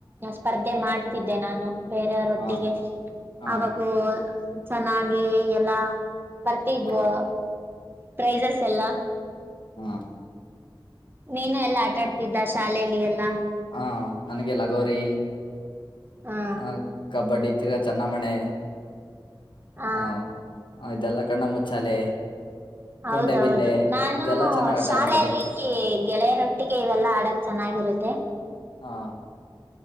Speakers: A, on the right (about 25°); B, on the left (about 70°).
A: ಸ್ಪರ್ಧೆ ಮಾಡ್ತಿದ್ದೆ ನಾನು. ಬೇರೆಯವರೊಟ್ಟಿಗೆ
B: ಹಾ ಹಾ
A: ಅವಗೂ ಚೆನ್ನಾಗಿ ಎಲ್ಲಾ ಬರ್ತಿದ್ವು
B: ಹಾ
A: ಪ್ರೈಸಸ್ ಎಲ್ಲಾ.
B: ಹಾ
A: ನೀನು ಎಲ್ಲಾ ಆಟಾಡ್ತಿದ್ದ ಶಾಲೆಯಲ್ಲಿ ಎಲ್ಲಾ?
B: ಹ ನನ್ಗೆ ಲಗೋರಿ.
A: ಹಾ
B: ಹ ಕಬಡ್ಡಿ ತಿರ್ಗ ಚೆನ್ನಮಣೆ
A: ಹಾ
B: ಹ ಇದೆಲ್ಲಾ ಕಣ್ಣ ಮುಚ್ಚಾಲೆ.
A: ಹೌದೌದು
B: ಕುಂಟೆಬಿಲ್ಲೆ
A: ನಾನು
B: ಇದೆಲ್ಲಾ ಚೆನ್ನಾಗ್ ಆಟ
A: ಶಾಲೆಯಲ್ಲಿ
B: ಆಡ್ತಿದ್ದೆ
A: ಗೆಳೆಯರೊಟ್ಟಿಗೆ ಇವೆಲ್ಲಾ ಆಡಕ್ ಚೆನ್ನಾಗಿರುತ್ತೆ.
B: ಹಾ